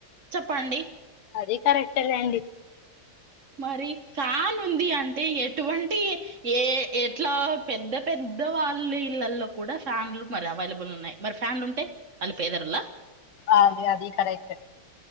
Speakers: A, on the right (about 40°); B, on the left (about 85°).
A: చెప్పండి
B: అదే కరెక్టే లెండి
A: మరి ఫ్యాన్ ఉంది అంటే ఎటువంటి ఏ ఎట్లా పెద్ద పెద్ద పెద్ద వాళ్ళ ఇళ్లల్లో కూడా ఫ్యాన్లు మరి అవైలబుల్ ఉన్నాయి మరి ఫ్యాన్లు ఉంటే వాళ్ళు పేదరుల్లా
B: అ అది అది కరెక్ట్